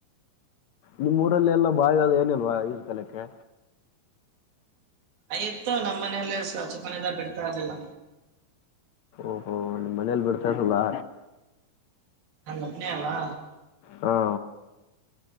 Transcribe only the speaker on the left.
ನಿಮ್ ಊರಲ್ಲಿ ಎಲ್ಲ ಭಾವಿ ಅದು ಏನಿಲ್ವಾ ಈಜು ಕಲಿಯೋಕೆ
ಓಹೋ -ಹೊ ಮನೇಲಿ ಬಿಡ್ತಾರ ಇಲಾ
ಹಾ